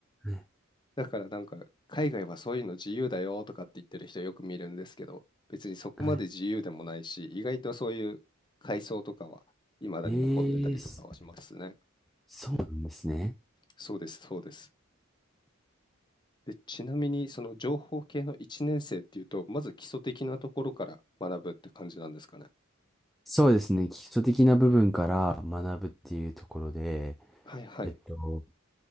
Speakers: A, in the centre; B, on the left.
A: は
B: だからなんか海外はそういうの自由だよとかって言ってる人よく見るんですけど、別にそこまで自由でもないし、
A: い
B: 意外とそういう階層とかは未だに残ってたりとかはしますね。
A: ええすそうなんですね。
B: そうです、そうです。で、ちなみにその情報系の1年生っていうと、まず基礎的なところから学ぶって感じなんですかね。
A: そうですね。基礎的な部分から学ぶっていうところで、
B: はいはい、
A: えっと、